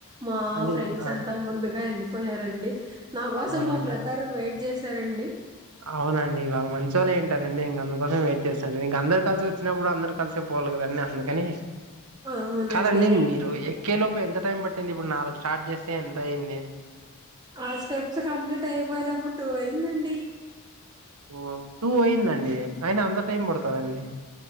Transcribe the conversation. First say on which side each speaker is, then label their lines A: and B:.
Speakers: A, on the right; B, on the right.
A: మా
B: అండి
A: ఫ్రెండ్స్
B: ఆ
A: అంతా ముందుగా యెళ్ళిపోయారండి నా కోసం
B: అవునండి
A: మా బ్రదర్ వెయిట్ జేస్త ఆ <inaudible>
B: అవునండి వాళ్ళు మంచోళ్ళు అయి ఉంటా రండి ఇంగ అందుకోసం వెయిట్ చేస్తురు ఇంక అందరు కలిసి వచ్చినప్పుడు అందరు కలిసే పోవాల గద అందుకని
A: అవునండి
B: కాదండి మీరు ఎక్కేలోప్ లోపు ఎంత టైం పట్టింది ఇప్పుడు నాలుగు స్టార్ట్ జేస్తే ఎంత అయింది
A: ఆ స్టెప్స్ కంప్లీట్ అయిపోయేటప్పుడు టూ అయిందండి
B: ఓ టూ అయిందండి అయిన అంత టైం పడతదా అండి